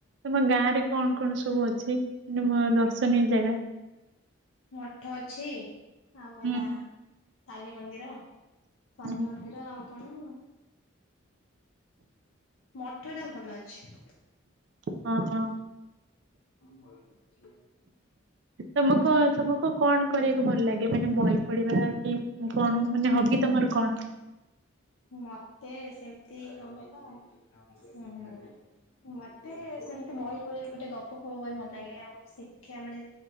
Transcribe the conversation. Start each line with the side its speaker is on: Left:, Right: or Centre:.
Right: ତମ ଗାଁ ରେ କଣ କଣ ସବୁ ଅଛି? ମ ଦର୍ଶନୀୟ ଜାଗା।
Left: ମଠ ଅଛି। ଆଉ
Right: ହୁଁ
Left: ଏଲା ତାରିଣୀ ମନ୍ଦିର। ଶନି
Right: ହୁଁ
Left: ମନ୍ଦିର ଆଉ କଣ? ମଠ ଟା ଭଲ ଅଛି।
Right: କଣ କଣ?
Left: ମୁଁ ଭଲ ଅଛି।
Right: ତମକୁ କଣ ତମ କୁ କଣ କରିବାକୁ ଭଲ ଲାଗେ। ମାନେ ବହି ପଢିବା କି ମୁଁ କଣ ମାନେ ହବି ତମର କଣ?
Left: ମତେ ସେମିତି କଣ କହିଲ ହୁଁ ହୁଁ। ମତେ ସେମିତି ବହି ଫହି ଗୋଟେ ଗପ ଫପ ବହି ଭଲ ଲାଗେ। ଆଉ ଶିକ୍ଷା ମାନେ